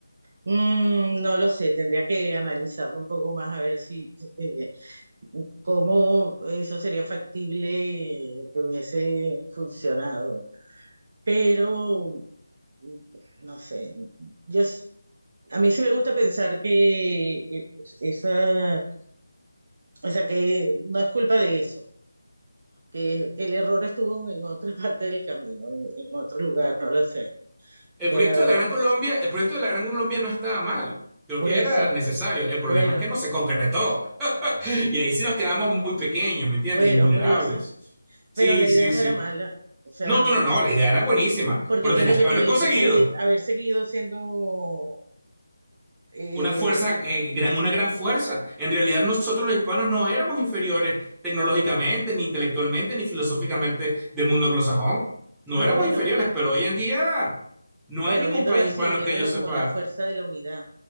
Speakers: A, on the right; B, in the centre.
A: Mm, no lo sé, tendría que analizarlo un poco más a ver si eh, cómo eso sería factible eh, que hubiese funcionado. Pero mm, no sé, yo s- a mí sí me gusta pensar que eh, esa, o sea, que no es culpa de eso, que el error estuvo en otra <laughs> parte del camino, en, en otro lugar, no lo sé.
B: El
A: La,
B: proyecto
A: la verdad
B: de la Gran
A: es que
B: Colombia, el proyecto de la Gran Colombia no estaba mal. Creo
A: por
B: que
A: eso,
B: era necesario. El problema
A: bueno,
B: es que no se concretó. <laughs> y ahí sí nos quedamos muy pequeños, ¿me entiendes?
A: bueno,
B: Y vulnerables.
A: por eso.
B: Sí,
A: Pero la
B: sí,
A: idea
B: sí.
A: no era mala, o sea,
B: No, no, no, la idea era buenísima,
A: Porque,
B: pero
A: ¿qué
B: tenías
A: es lo que
B: que haberlo
A: tú dices?
B: conseguido.
A: Seguir, haber seguido siendo, eh,
B: Una fuerza, eh, gran, una gran fuerza. En realidad nosotros los hispanos no éramos inferiores tecnológicamente, ni intelectualmente, ni filosóficamente del mundo anglosajón. No
A: ah,
B: éramos
A: bueno,
B: inferiores, pero hoy en día no
A: bueno,
B: hay ningún
A: viéndolo
B: país
A: así,
B: hispano
A: viéndolo
B: que yo sepa.
A: como la fuerza de la unidad